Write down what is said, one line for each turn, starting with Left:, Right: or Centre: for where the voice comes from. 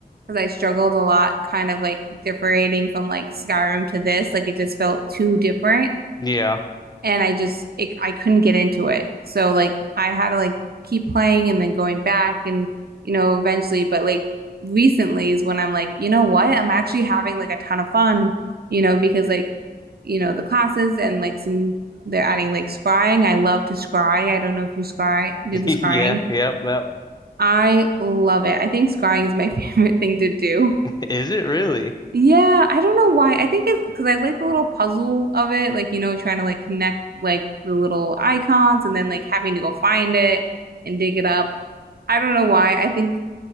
Right: because I struggled a lot, kind of like differentiating from like Skyrim to this. Like it just felt too different
Left: yeah,
Right: and I just it, I couldn't get into it. So like I had to like keep playing and then going back and you know eventually but like recently is when I'm like, you know what? I'm actually having like a ton of fun, you know, because like you know the classes and like some they're adding like scrying. I love to scry. I don't know if you scry do
Left: <laughs>
Right: the scrying.
Left: yeah, yep, yep.
Right: I love it. I think scrying is my <laughs> favorite thing to do.
Left: <laughs> Is it really?
Right: Yeah, I don't know why. I think it's because I like the little puzzle of it, like you know, trying to like connect like the little icons and then like having to go find it and dig it up. I don't know why. I think